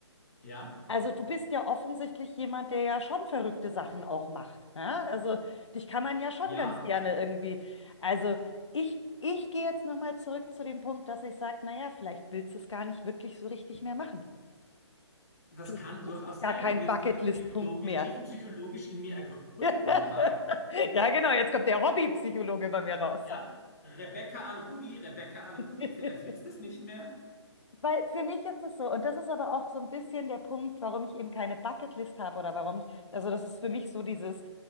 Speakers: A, on the left (about 35°); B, on the left (about 75°).
A: Ja,
B: Also du bist ja offensichtlich jemand, der ja schon verrückte Sachen auch macht. Ja? Also dich kann man ja schon
A: ja,
B: ganz gerne irgendwie. Also ich, ich gehe jetzt nochmal zurück zu dem Punkt, dass ich sage, naja, vielleicht willst du es gar nicht wirklich so richtig mehr machen.
A: Das
B: Vielleicht
A: kann durchaus
B: ist es gar
A: sein.
B: kein
A: Und jetzt
B: Bucketlist-Punkt
A: tut es psychologisch,
B: mehr.
A: tiefenpsychologisch in mir ergründen,
B: <laughs>
A: da.
B: Ja, genau, jetzt kommt der Hobbypsychologe bei mir raus.
A: Ja, Rebecca an Rudi, Rebecca an Rudi,
B: <laughs>
A: vielleicht willst du es nicht mehr.
B: Weil für mich ist es so, und das ist aber auch so ein bisschen der Punkt, warum ich eben keine Bucketlist habe oder warum ich, also das ist für mich so dieses,